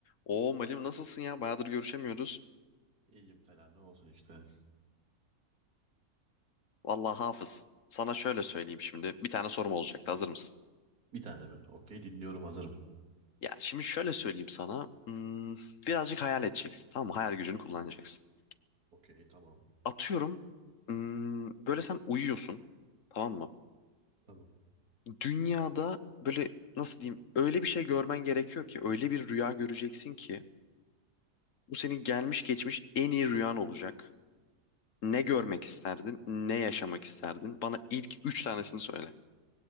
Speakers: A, on the left (about 60°); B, on the right (about 75°).
A: Oo Malim nasılsın ya? Bayağıdır görüşemiyoruz.
B: İyiyim Tela ne olsun işte.
A: Vallahi Hafız, sana şöyle söyleyeyim şimdi. Bir tane sorum olacaktı. Hazır mısın?
B: Bir tane mi? Okey dinliyorum hazırım.
A: Ya şimdi şöyle söyleyeyim sana. Hmm, birazcık hayal edeceksin. Tamam mı? Hayal gücünü kullanacaksın.
B: Okey tamam.
A: Atıyorum. hmm, böyle sen uyuyorsun. Tamam mı?
B: Tamam.
A: Dünyada böyle nasıl diyeyim? Öyle bir şey görmen gerekiyor ki. Öyle bir rüya göreceksin ki. Bu senin gelmiş geçmiş en iyi rüyan olacak. Ne görmek isterdin? Ne yaşamak isterdin? Bana ilk üç tanesini söyle.